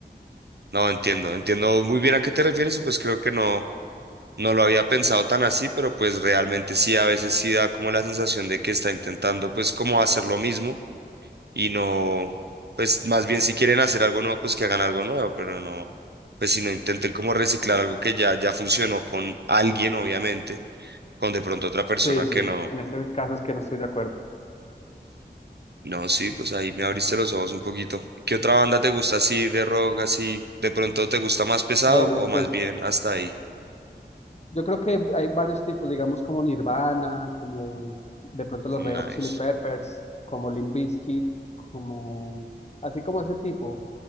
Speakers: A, on the right; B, on the left.
A: no entiendo, entiendo muy bien a qué te refieres y pues creo que no, no lo había pensado tan así, pero pues realmente sí, a veces sí da como la sensación de que está intentando pues como hacer lo mismo y no, pues más bien si quieren hacer algo nuevo, pues que hagan algo nuevo, pero no, pues si no intenten como reciclar algo que ya, ya funcionó con alguien, obviamente, con de pronto otra persona
B: Sí, sí,
A: que no,
B: en este caso es que no estoy de acuerdo.
A: no, sí, pues ahí me abriste los ojos un poquito. ¿Qué otra banda te gusta así de rock, así, de pronto te gusta más pesado
B: Bueno,
A: o más
B: pues
A: bien hasta ahí?
B: yo creo que hay varios tipos, digamos como Nirvana, como de pronto los
A: Nice.
B: Red Hot Chili Peppers, como Limp Bizkit, como así como ese tipo.